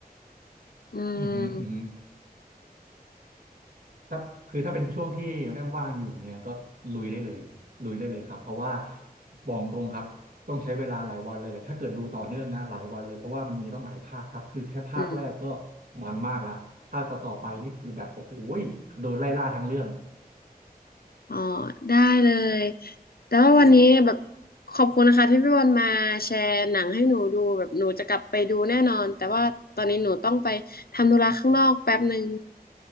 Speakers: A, on the left; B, on the right.
A: อืม
B: <laughs> อือหืออือหือ ถ้าคือถ้าเป็นช่วงที่น้องแอมว่างอยู่เนี่ยก็ลุยได้เลยลุยได้เลยครับเพราะว่าบอกตรงครับต้องใช้เวลาหลายวันเลยแหละถ้าเกิดดูต่อเนื่องนะหลายวันเลยเพราะว่ามันมีต้องหลายภาคครับคือแค่ภาคแรกก็
A: อืม
B: มันมากละภาคต่อๆไปนี่คือแบบโอ้โหยโดนไล่ล่าทั้งเรื่อง
A: อ๋อได้เลยแต่ว่าวันนี้แบบขอบคุณนะคะที่พี่วันมาแชร์หนังให้หนูดูแบบหนูจะกลับไปดูแน่นอนแต่ว่าตอนนี้หนูต้องไปทำธุระข้างนอกแป๊บหนึ่ง